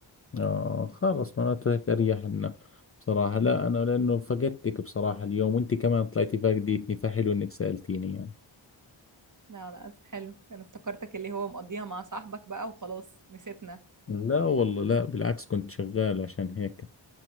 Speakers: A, on the left; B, on the right.
A: آه خلاص معناته هيك أريح لنا بصراحة لا أنا لأنه فقدتك بصراحة اليوم وأنت كمان طلعتي فاقدتني فحلو إنك سألتيني يعني
B: لا لا حلو انا افتكرتك اللي هو مقضيها مع صاحبك بقى وخلاص نسيتنا
A: لا والله لا بالعكس كنت شغال عشان هيك